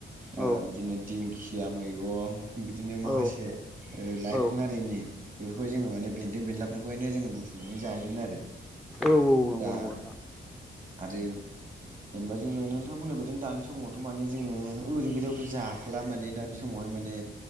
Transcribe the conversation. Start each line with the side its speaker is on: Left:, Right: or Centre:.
Right: ओ
Centre: औ
Right: बिदिनो दिंखिया मैगं बिदिनो माखासे
Centre: औ
Right: ओ लाइफां
Centre: औ
Right: हारिनि बेफोरखौ जोङो माने बेन्दों बेनलाफोरखौहायनो जों बुथुमनानै जायोमोन आरो
Centre: औ औ नंगौ नोंगौ
Right: दा
Centre: नोंथां
Right: आरो जेनेबा जोङो नोंथाङा बुंनाय बायदि दानि समावथ' माने जोङो ओरै गोजाथ' जाखला माने दानि समावहाय मान माने